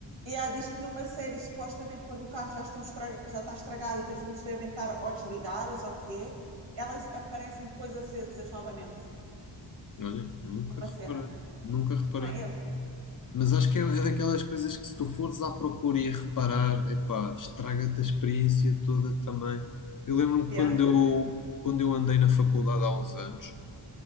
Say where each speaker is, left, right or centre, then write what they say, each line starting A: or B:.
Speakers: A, on the right; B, on the left.
A: E há, diz que numa série, supostamente, quando o carro já, estão estra- já está estragado e que as luzes devem estar ou desligadas, ou o que é, elas aparecem depois acesas novamente,
B: Olha, nunca
A: numa
B: reparei.
A: cena.
B: Nunca reparei.
A: Não é eu?
B: Mas acho que é, é daquelas coisas que se tu fores à procura e a reparar, epá, estraga-te a experiência toda também. Eu lembro-me
A: Yeah,
B: quando eu, quando eu andei na faculdade há uns anos,